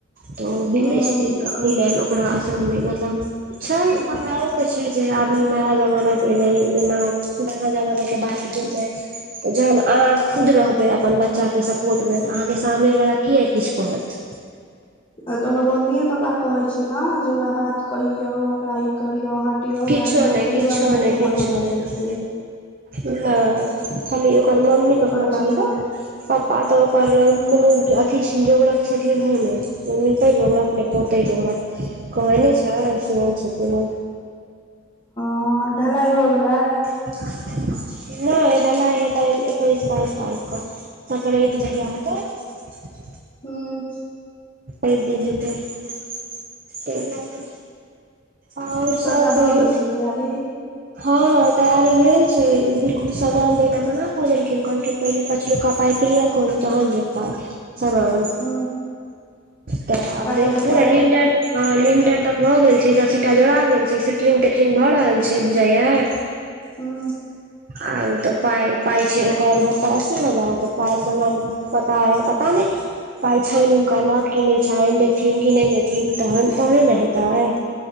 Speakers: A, on the right (about 45°); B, on the left (about 25°).
A: त ओ बिगड़ै
B: हूँ
A: छथिन ओहि ले ओकरा <unintelligible> मतलब छै पर मैओ के छै जे अब ई नया जमाना के एले एना पुराना जमाना के बात गेले जहन अहाँ खुद रहबै अपन बच्चा के सब <unintelligible> अहाँके सामने वाला की य किछ कहत
B: आ तऽ ओकर मम्मीए पप्पा कहे छै ने जे ओकरा बात कहियो ओकरा ई करियो हटियो
A: किछो
B: डटियो
A: नहि
B: ताहि
A: किछो
B: दुआरे ने
A: नहि किछो
B: हटे डटे
A: नहि
B: छै
A: नहि खाली ओकर मम्मी कखनो
B: कहै
A: काल
B: छै मार
A: के पपा तऽ ओकर
B: हूँ
A: कोनो अथि जोगर छथिन हेय नइ निपैय जोगरक नय पोते जोगरक कहे ने छै नइ सेहो छथिन ओ
B: हँ ढलाई भऽ गेलै
A: <unintelligible> नहि ढलाइ हेतै एकैस बाइस तारीखके सक्राइत जहिआ होेतै <inaudible>
B: हूँ
A: ए दिन हतै ते दुआरे आओर
B: सभटा
A: सब कहियौ
B: भए गेल छै तैयारी
A: हँ तैयारी भेल छै ई दिलखुश समान देय ल मना कऽ देलखिन कहलखिन पहिले पचुल्का पाई क्लियर करू तहन दे पाइ समान
B: हूँ
A: तऽ आब
B: पाइ
A: देख
B: देलकै
A: पूरा लिलटर हँ लिंटर तक भऽ गेल छै दस ईटा जोड़ा गेल छै सेटरिंग तेटरिंग भऽ रहल छै से बुझाइ य
B: हँ
A: आउ तऽ पइ पाइ छी ओकर सत अशी हजार तऽ पइ ब पता है पता नहि पाई छनि हुनका लग क नहि छनि देथिन कि नहि देथिन तहन तहने हेतैय